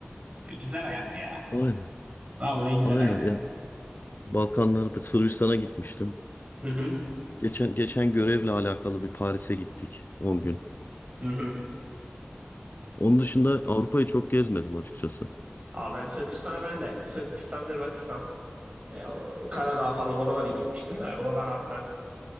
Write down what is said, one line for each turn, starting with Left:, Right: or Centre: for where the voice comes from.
Right: Güzel hayat ya.
Left: Aynen.
Right: Vallahi güzel
Left: Aynen.
Right: hayat.
Left: Ya Balkanlar, Sırbistan'a gitmiştim.
Right: Hı hı.
Left: Geçen geçen görevle alakalı bir Paris'e gittik 10 gün.
Right: Hı hı.
Left: Onun dışında Avrupa'yı çok gezmedim açıkçası.
Right: Aa, ben Sırbistan'a ben de Sırbistan, Hırvatistan, e, o, Karadağ falan oralara gitmiştim de oralar harbiden